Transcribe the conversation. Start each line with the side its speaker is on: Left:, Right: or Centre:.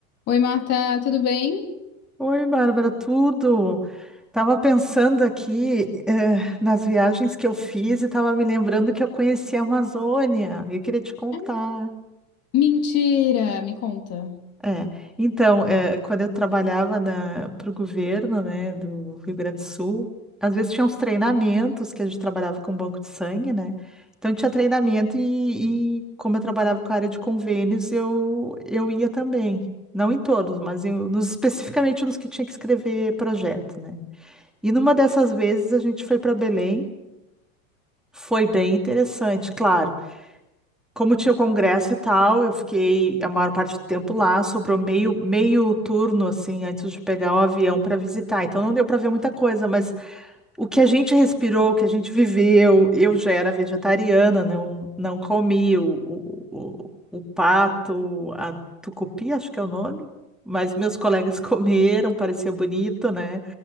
Left: Oi, Marta, tudo bem?
Centre: Oi, Bárbara, tudo? Tava pensando aqui, eh, nas viagens que eu fiz e tava me lembrando que eu conheci a Amazônia. Eu queria te contar.
Left: Ah, Mentira, me conta.
Centre: É, então, eh, quando eu trabalhava para o governo, né, do Rio Grande do Sul, às vezes tinha uns treinamentos que a gente trabalhava com banco de sangue, né? Então tinha treinamento e, e como eu trabalhava com a área de convênios, eu, eu ia também. Não em todos, mas em- nos, especificamente nos que tinha que escrever projeto, né? E numa dessas vezes a gente foi para Belém, foi bem interessante, claro. Como tinha o congresso e tal, eu fiquei a maior parte do tempo lá, sobrou meio, meio turno assim antes de pegar o avião para visitar. Então não deu para ver muita coisa, mas o que a gente respirou, o que a gente viveu, eu já era vegetariana, não não comi o, o, o, o pato, a tucupi, acho que é o nome, mas meus colegas <laughs> comeram, parecia bonito, né?